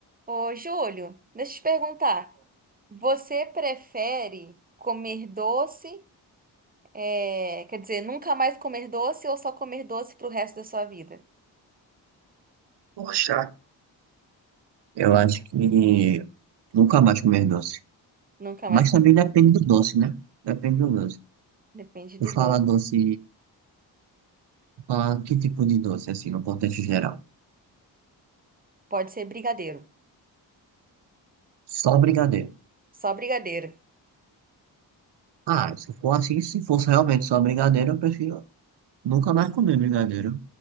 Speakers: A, on the right; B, on the right.
A: Ô, Júlio, deixa eu te perguntar. Você prefere comer doce, é, quer dizer, nunca mais comer doce ou só comer doce pro resto da sua vida?
B: Poxa, eu acho que nunca mais comer doce.
A: Nunca
B: Mas
A: mais comer,
B: também depende do doce, né? Depende do doce.
A: depende do
B: Eu fala
A: doce.
B: doce, tu fala que tipo de doce, assim, no contexto geral?
A: Pode ser brigadeiro,
B: Só brigadeiro.
A: só brigadeiro.
B: Ah, se for assim, se fosse realmente só brigadeiro, eu prefiro nunca mais comer brigadeiro.